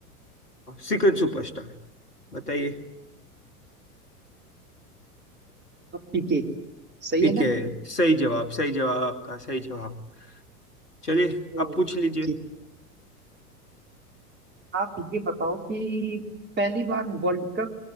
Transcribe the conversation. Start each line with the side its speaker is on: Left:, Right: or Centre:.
Left: सीक्रेट सुपरस्टार बताइए
Right: तो ठीक है सही
Left: पीके
Right: है ना
Left: सही जवाब सही जवाब आपका सही जवाब चलिए
Right: ओ,
Left: आप पूछ लीजिए
Right: कि आप ये बताओ कि पहली बार वर्ल्ड कप